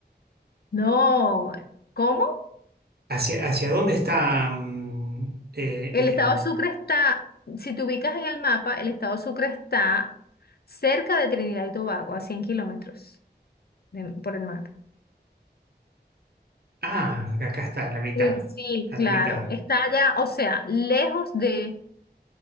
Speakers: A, on the left; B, on the right.
A: No, ¿cómo?
B: ¿Hacia, hacia dónde está mm, eh,
A: El estado Sucre está, si te ubicas en el mapa, el estado Sucre está cerca de Trinidad y Tobago, a 100 kilómetros de- por el mar.
B: Ah, acá está, a la mitad.
A: Eh, Sí,
B: A
A: claro,
B: la mitad,
A: está allá, o sea, lejos de,